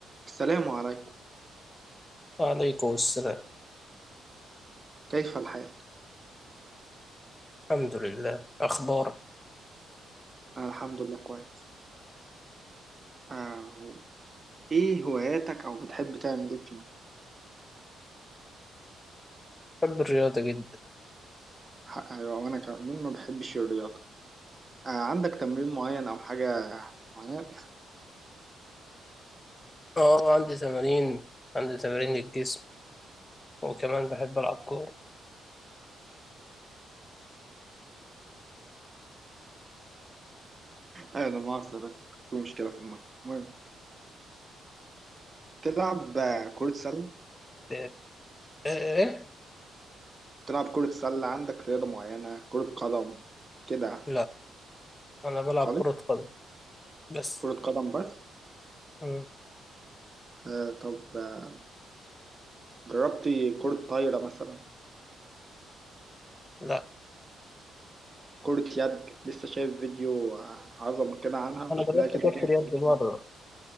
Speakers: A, on the right; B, on the left.
A: السلام عليكم
B: وعليكم السلام
A: كيف الحال؟
B: الحمد لله أخبارك
A: أنا الحمد لله كويس آه. إيه هواياتك أو بتحب تعمل إيه في يوم؟
B: بحب الرياضة جدا
A: ح- أيوة وأنا كمان ما بحبش الرياضة آه. عندك تمرين معين أو حاجة معينة؟
B: أه عندي تمارين عندي تمارين الجسم وكمان بحب ألعب كورة
A: آه لا مؤاخذة بس في مشكلة في المايك المهم تلعب آه، كرة سلة؟
B: إيه إيه
A: تلعب كرة سلة عندك رياضة معينة كرة قدم كده
B: لا أنا بلعب
A: خالص
B: كرة قدم بس
A: كرة قدم بس
B: مم.
A: آه. طب آه، جربتي كرة طايرة مثلا؟
B: لا
A: كرة يد لسه شايف فيديو آه، عظمة كده عنها وشكلها
B: أنا جربت
A: كده
B: كرة
A: جامد
B: اليد مرة